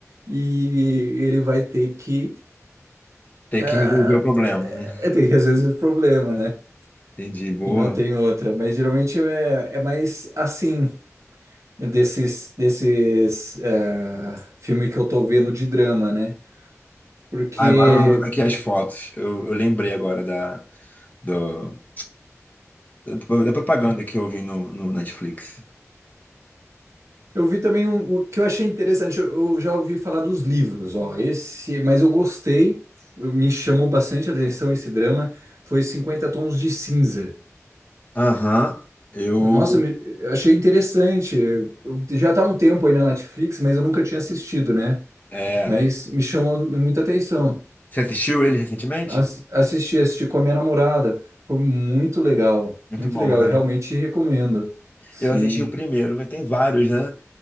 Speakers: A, on the right; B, on the left.
A: e ele vai ter que,
B: Tem
A: ah,
B: que resolver o problema, né?
A: é, ter que resolver esse problema, né?
B: Entendi, boa.
A: E não tem outra. Mas geralmente é, é mais assim, né, desses, desses ah, filmes que eu tô vendo de drama, né? Porque.
B: Ah, agora eu vou vendo aqui as fotos. Eu, eu lembrei agora da, do- da, da propaganda que eu vi no, no Netflix.
A: Eu vi também um- o que eu achei interessante, eu, eu já ouvi falar dos livros, ó, esse, mas eu gostei, me chamou bastante a atenção esse drama, foi Cinquenta Tons de Cinza.
B: Aham. Eu.
A: Nossa, me- eu achei interessante, eu- já tá há um tempo aí na Netflix, mas eu nunca tinha assistido, né?
B: É.
A: Mas me chamou muita atenção.
B: Você assistiu ele recentemente?
A: As- assisti, assisti com a minha namorada, foi muito legal,
B: Muito
A: muito
B: bom,
A: legal,
B: né?
A: eu realmente recomendo. Sim,
B: Eu assisti o primeiro, mas tem vários, né?